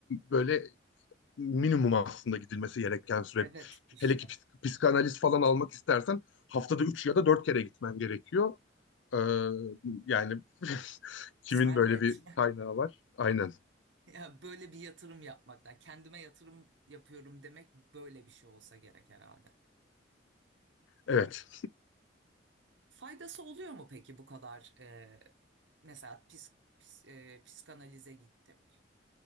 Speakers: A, on the left; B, on the right.
A: böyle minimum aslında gidilmesi gereken süre.
B: Evet işte
A: Hele ki psik- psikanaliz falan almak istersen haftada 3 ya da 4 kere gitmen gerekiyor. Ee, yani <laughs> kimin
B: servet
A: böyle bir kaynağı var? Aynen.
B: <laughs> ya böyle bir yatırım yapmakla kendime yatırım yapıyorum demek böyle bir şey olsa gerek herhalde.
A: Evet.
B: Faydası oluyor mu peki bu kadar e, mesela pis, pis- e, psikanalize gittik.